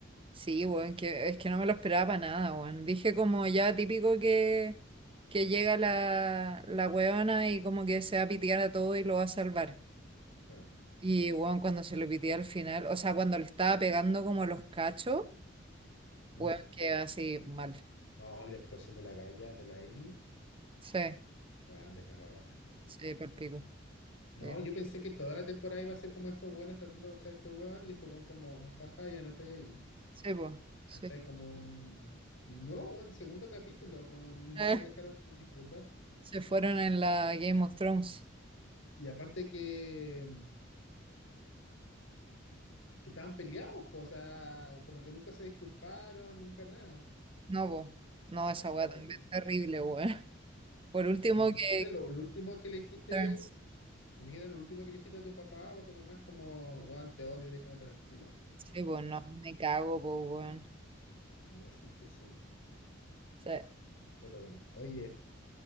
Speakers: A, on the right (about 25°); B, on the left (about 70°).
A: Sí, weón, que, es que no me lo esperaba para nada, weón. Dije como ya típico que, que llega la, la weona y como que se va a pitear a todo y lo va a salvar.
B: Ah,
A: Y bueno, cuando se lo pitió al final, o sea, cuando le estaba pegando como los cachos,
B: mm.
A: bueno, quedó así mal.
B: No, y la actuación de la Gaia, de la Ellie,
A: Sí,
B: weón, desgarradora.
A: sí, por pico.
B: No,
A: Sí,
B: yo pensé que toda la temporada iba a ser como estos weones tratando de buscar a este weón, y este weón como, jaja, ya no estoy ahí.
A: sí, po, sí.
B: ¿Cachai? Como un... Y no, weón, segundo capítulo, como no
A: Eh,
B: nos dejaron disfrutar.
A: se fueron en la Game of Thrones.
B: Y aparte que... que estaban peleados, po, o sea, como que nunca se disculparon, nunca nada.
A: No, po. No, esa
B: Oh,
A: weá también
B: qué-
A: es terrible, weón. <laughs> Por último,
B: Como imagínate
A: que.
B: lo, lo último que le dijiste,
A: Thrones.
B: imagínate lo último que le dijiste a tu papá o a tu mamá es como, bueno, te odio, déjame tranquila.
A: Sí, pues no, me cago, pues, weón.
B: Así que sí,
A: Sí,
B: pero bueno, oye,